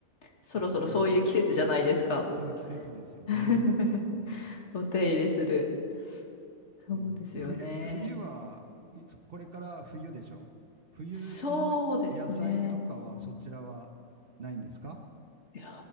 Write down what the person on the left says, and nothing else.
そろそろそういう季節じゃないですか。
<laughs>
お手入れする。そうですよね。
そうですね。いや